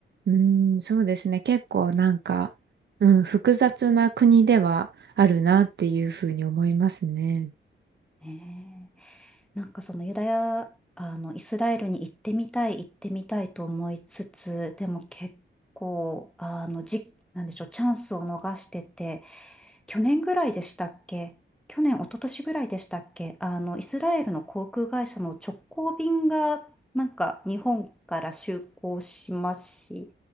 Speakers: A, on the right; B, in the centre.
A: うーん、そうですね。結構なんか、うん、複雑な国ではあるなっていう風に思いますね。
B: ねえ。なんかそのユダヤ、あの、イスラエルに行ってみたい、行ってみたいと思いつつ、でも結構、あの、じ、なんでしょう、チャンスを逃してて、去年ぐらいでしたっけ去年、一昨年ぐらいでしたっけあの、イスラエルの航空会社の直行便が、なんか、日本から就航しまし